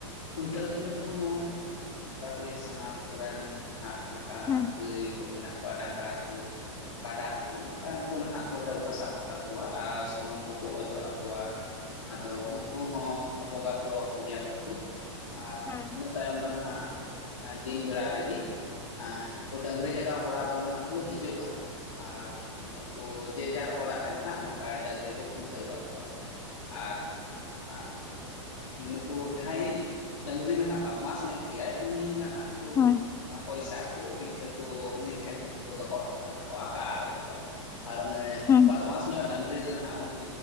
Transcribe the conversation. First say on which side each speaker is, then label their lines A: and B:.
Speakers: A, on the left; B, on the left.
A: ᱠᱷᱩᱱᱴᱟᱹᱣ ᱦᱤᱞᱳᱜ ᱦᱚᱸ ᱚᱱᱠᱟ ᱜᱮ ᱥᱟᱱᱟᱢ ᱠᱚᱨᱮᱱ ᱡᱟᱸᱦᱟ ᱞᱮᱠᱟ
B: ᱦᱩᱸ
A: ᱜᱟᱹᱭ ᱠᱚ ᱢᱮᱱᱟᱜ ᱠᱚᱣᱟ ᱰᱟᱝᱨᱟ ᱠᱚ ᱠᱟᱰᱟ ᱠᱚ ᱱᱚᱝᱠᱟᱱ ᱠᱚ ᱱᱟᱦᱟᱜ ᱠᱚ ᱰᱟᱹᱵᱽᱨᱟᱹ ᱥᱟᱯᱷᱟ ᱠᱟᱠᱚᱣᱟ ᱟᱨ ᱥᱩᱱᱩᱢ ᱠᱚ ᱠᱚ ᱚᱡᱚᱜ ᱟᱠᱚᱣᱟ ᱾ ᱟᱫᱚ ᱩᱱᱠᱩ ᱦᱚᱸ ᱵᱚᱸᱜᱟ ᱵᱩᱨᱩ ᱟᱠᱚ ᱜᱮᱭᱟ ᱠᱚᱠᱚ ᱟᱨ
B: ᱦᱩᱸ
A: ᱤᱱᱟᱹ ᱛᱟᱭᱚᱢ ᱫᱚ ᱱᱟᱦᱟᱜ ᱫᱤᱱ ᱵᱮᱲᱟ ᱨᱮᱜᱮ, ᱮᱦ ᱰᱟᱹᱝᱨᱤ ᱡᱟᱭᱟᱣ ᱠᱚᱲᱟ ᱫᱚ ᱱᱟᱦᱟᱜ ᱠᱚ ᱦᱤᱡᱩᱜᱼᱟ ᱟᱨ ᱱᱩᱠᱩ ᱡᱮ ᱡᱟᱡᱟᱨ ᱚᱲᱟᱜ ᱨᱮ ᱱᱟᱦᱜ ᱱᱚᱝᱠᱟ ᱰᱟᱹᱝᱨᱤ ᱠᱚ ᱠᱷᱩᱱᱴᱟᱹᱣ ᱠᱟᱠᱚᱣᱟ᱾ ᱟᱨ ᱟᱨ ᱱᱩᱠᱩ ᱡᱟᱦᱟᱸᱭ ᱰᱟᱝᱨᱤ ᱱᱟᱦᱟᱜ ᱵᱟᱫᱢᱟᱥ ᱧᱚᱜ ᱠᱮᱭᱟᱭ ᱩᱱᱤ ᱱᱟᱦᱟᱜ ᱠᱩ
B: ᱦᱩᱸ
A: ᱯᱚᱭᱥᱟ ᱠᱚ ᱯᱤᱴᱷᱟᱹ ᱠᱚ ᱩᱱᱤ ᱴᱷᱮᱱ ᱫᱚᱦᱚ ᱦᱚᱴᱚ ᱠᱟᱜ ᱱᱟ ᱠᱚ ᱟᱸᱠᱟ ᱦᱚᱴᱚ ᱠᱟᱜᱼᱟ ᱟᱨ ᱚᱱᱮ
B: ᱦᱮᱸ ᱦᱮᱸ ᱦᱮᱸ
A: ᱵᱟᱫᱢᱟᱥ ᱧᱚᱜ ᱰᱟᱝᱨᱤ ᱫᱚ ᱱᱟᱦᱟᱜ ᱩᱱᱤ